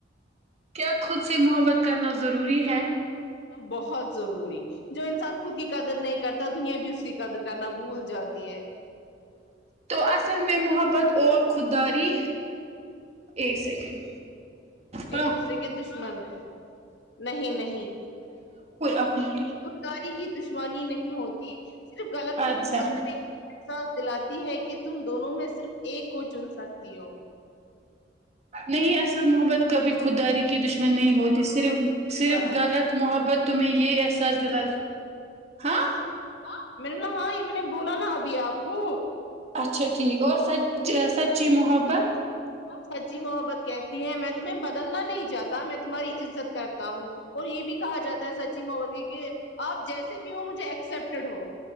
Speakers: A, on the right; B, on the left.
A: کیا خود سے محبت کرنا ضروری ہے
B: بہت ضروری جو انسان خود کی قدر نہیں کرتا دنیا بھی اس کی قدر کرنا بھول جاتی ہے
A: تو اس اصل میں محبت اور خود داری ایک سیکنڈ
B: ایک
A: ہاں
B: دوسرے کے دشمن ہیں نہیں نہیں
A: ا منٹے
B: داری کی دشمانی نہیں ہوتی صرف غلط محبت
A: اچھا
B: میں ا ساس دلاتی ہے کہ تم دونوں میں صرف ایک کو چن سکتی ہو
A: نہیں اصل محبت کبھی خود داری کی دش میں نہیں ہوتی صرف صرف
B: پڑا
A: غلط محبت تمہیں یہ احساس دلا ہاں
B: ہاں میں نے بولا ہاں یہ میں نا بولا نہ ابھی اپ کو
A: اچھا ٹھیک اور سچ سچی محبت
B: سچی محبت کہتی ہے میں تمہیں بدلنا نہیں چاہتا میں تمہاری عزت کرتا ہوں اور یہ بھی کہا جاتا ہے سچی محبت کی کہ آپ جیسے بھی ہو مجھے ایکسپٹیڈ ہو